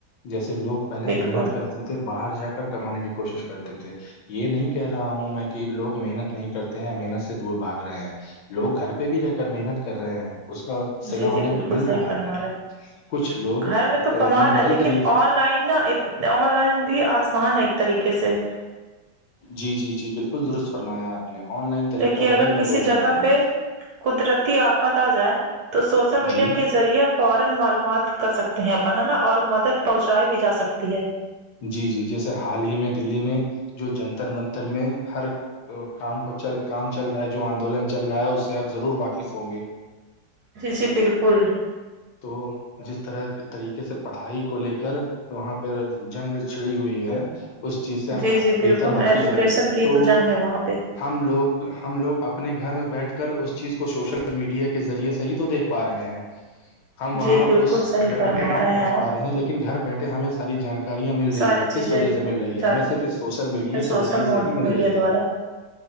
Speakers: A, on the left; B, on the right.
A: جیسے لوگ پہلے
B: بالکل
A: محنت کرتے تھے باہر جا کر کمانے کی کوشش کرتے تھے یہ نہیں کہہ رہا ہوں میں کہ لوگ محنت نہیں کرتے ہیں محنت سے دور بھاگ رہے ہیں لوگ گھر پہ بھی رہ کر محنت کر رہے ہیں اس کا صلا
B: جی جی
A: انہیں
B: بالکل
A: مل
B: صحیح
A: رہا
B: فرمار
A: ہے
B: رہا
A: کچھ لوگ
B: گھر میں تو کما
A: موبائل
B: رہا لیکن
A: کے ذریعے سے
B: آن لائن نہا آن لائن بھی آسان ہے ایک طریقے سے
A: جی جی جی بالکل درست فرمایا آپ نے آن لائن طریقہ
B: دیکھیے
A: وہی
B: اگر
A: میں
B: کسی
A: بول رہا
B: جگہ
A: تھا
B: پہ قدرتی آفات آ جائے تو سوشل میڈیا
A: جی
B: کے ذریعے فورا معلومات کر سکتے ہیں اپن ہے نا اور مدد پہنچائی بھی جا سکتی ہے
A: جی جی جیسے حال ہی میں دللی میں جو جنتر منتر میں ہر کام کو چل کام چل رہا ہے جو آندولن چل رہا ہے اس سے آپ ضرور واقف ہوں گے
B: جی جی بالکل
A: تو جس طرح طریقے سے پڑھائی کو لے کر وہاں پہ جنگ چھڑی ہوئی ہے اس چیز سے آپ
B: جی جی
A: بہتر
B: بالکل
A: واقف
B: ایجوکیشن
A: ہوں گے
B: کی
A: تو
B: جنگ ہے وہاں پہ
A: ہم لوگ ہم لوگ اپنے گھر میں بیٹھ کر اس چیز کو شوشل میڈیا کے ذریعے سے ہی تو دیکھ پا رہے ہیں ہم وہاں
B: جی بالکل
A: اس
B: صحیح
A: جگہ
B: فرما
A: پہ نہیں پہنچ پا
B: آپ
A: رہے ہیں لیکن گھر بیٹھے ہمیں ساری جانکاریاں مل رہی
B: ساری
A: ہے کس
B: چیزیں
A: وجہ سے مل رہی ہے
B: جان
A: ہمیں صرف اس سوشل میڈیا
B: سوشل
A: کے ذریعے سے ہی مل
B: میڈیا
A: رہی
B: دوارا
A: ہے